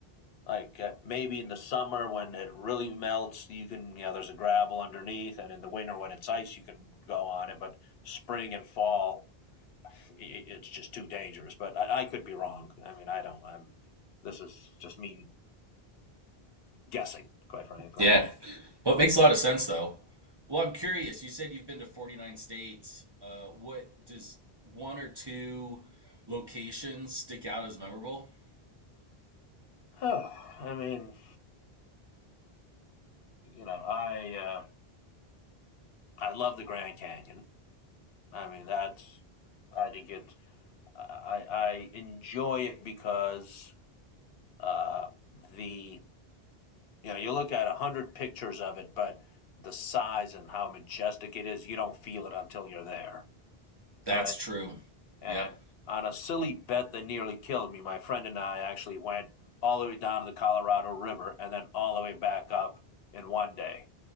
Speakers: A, on the left; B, on the right.
A: Like uh, maybe in the summer when it really melts, you can you know there's a gravel underneath, and in the winter when it's ice, you can go on it. But spring and fall, it's just too dangerous. But I, I could be wrong. I mean, I don't. I'm. This is just me guessing, quite frankly.
B: Yeah. Well, it makes a lot of sense though. Well, I'm curious. You said you've been to 49 states. Uh, what does one or two locations stick out as memorable?
A: Oh, I mean, you know, I uh, I love the Grand Canyon. I mean, that's I think it. I I enjoy it because uh, the you know you look at a hundred pictures of it, but the size and how majestic it is, you don't feel it until you're there,
B: That's
A: right?
B: true.
A: And
B: Yep.
A: on a silly bet that nearly killed me, my friend and I actually went all the way down to the Colorado River and then all the way back up in one day.